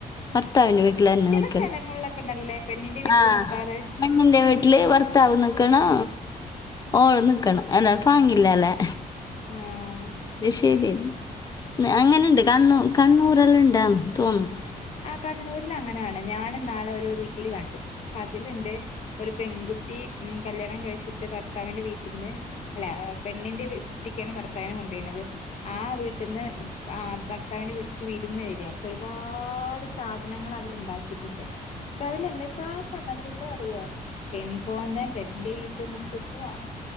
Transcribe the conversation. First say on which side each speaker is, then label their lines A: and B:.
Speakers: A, on the left; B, on the left.
A: ഭർത്താവിൻ്റെ വീട്ടിൽ തന്നെ
B: ചില
A: നിൽക്കൽ
B: സ്ഥലങ്ങളിലൊക്കെ ഉണ്ടല്ലോ പെണ്ണിന്റെ വീട്ടിൽ
A: ആഹ്
B: നിക്കാറ്
A: പെണ്ണിന്റെ വീട്ടില് ഭർത്താവ് നിക്കണം ഓള് നിക്കണം അല്ലെ ഫാങ്ങില്ല അല്ലെ
B: ആഹ്
A: ബദേശേ നില്ല അങ്ങനെയുണ്ട് കണ്ണൂർ കണ്ണൂർല്ലാം ഉണ്ട തോന്നുന്നു
B: ആഹ് കണ്ണൂരിൽ അങ്ങനാണ് ഞാനും നാളെ ഒരു കണ്ടു അപ്പൊ അതിലുണ്ട് ഒരു പെൺകുട്ടി ഉം കല്യാണം കഴിച്ചി ഭർത്താവിന്റെ വീട്ടിൽ നിന്ന് അല്ല പെണ്ണിന്റെ വീട്ടേക്കാണ് ഭർത്താവിനെ കൊണ്ടോണത് ആഹ് വീട്ടന്ന് ആഹ് ഭർത്താവിന്റെ വീട്ടക്ക് വിരുന്ന് വരിക അപ്പൊ ഒരുപാട് ഒരുപാട് സാധനങ്ങൾ അവർണ്ടാക്കിയിട്ടുണ്ട് അപ്പ അതിൽ എന്തൊക്കാ സമ അറിയോ പെൺകോന്തൻ പെണിന്റെ വീട്ടിൽ നിക്കരു പോവാ